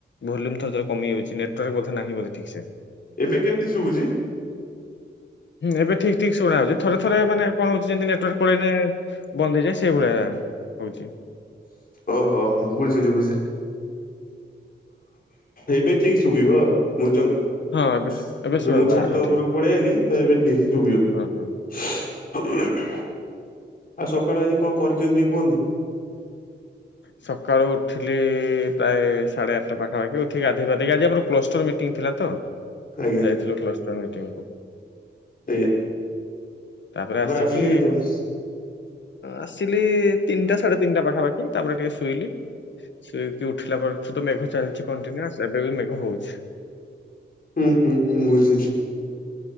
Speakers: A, on the left; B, on the left.
A: ଭଲ୍ୟୁମ ତରେ କମି ଯାଉଛି ନେଟୱାର୍କ ବୋଧେ ନାହିଁ ବୋଧେ ଠିକ ସେ
B: ଏବେ କେମିତି ଶୁଭୁଛି?
A: ହୁ ଏବେ ଠିକ ଠିକ ଶୁଭା ଯାଉଛି। ଥରେ ଥରେ ମାନେ କଣ ହଉଛି ଯେମିତି ନେଟୱାର୍କ ପାଳେଇଲେ ମାନେ ବନ୍ଧ ହେଇଯାଏ ସେଇଭଳିଆ ହଉଛି।
B: ଓହୋ ଓ ହୋ ବୁଝିଲି ବୁଝିଲି। ଏବେ ଠିକ ଶୁଭିବ ଆଉ ବଝନ
A: ହଁ ଏବେ
B: ଏବେ
A: ଶୁଭାଗଲା
B: ମୁଁ ଛାତ
A: ଠିକ୍।
B: ଉପରକୁ ପଳେଇଲି ତ ଏବେ ଠିକ ଶୁଭିବ।
A: ହଁ, ହଁ।
B: <unintelligible> ଆଉ ସକାଳୁ ଆଜି କଣ କରିଛନ୍ତି କୁହନ୍ତୁ?
A: ସକାଳୁ ଉଠିଲି ପ୍ରାୟ ସାଢେ ଆଠଟା ପାଖାପାଖି, ଉଠିକି ଗାଧୋଇ ପାାଧେଇକି ଆଜି ଆମର କ୍ଲୋଷ୍ଟର ମିଟିଂ ଥିଲା ତ।
B: ଆଜ୍ଞା
A: ଯାଇଥିଲୁ କ୍ଲସଟର ମିଟିଂ କୁ
B: ଆଜ୍ଞା
A: ତାପରେ ଆସିକି
B: ଆସିଲେ କେତେବେଳେ?
A: ଆସିଲି ତିନିଟା ସାଢେ ତିନିଟା ପାଖାପାଖି ତାପରେ ଟିକେ ଶୋଇଲି ଶୋଇକି ଉଠିଲା ପରେ ତ ମେଘ ଚାଲିଛି କଣ୍ଟିନ୍ୟୁସ୍। ଏବେ ବି ମେଘ ହଉଛି
B: ହୁଁ ହୁଁ ହୁଁ ବୁଝିଲି।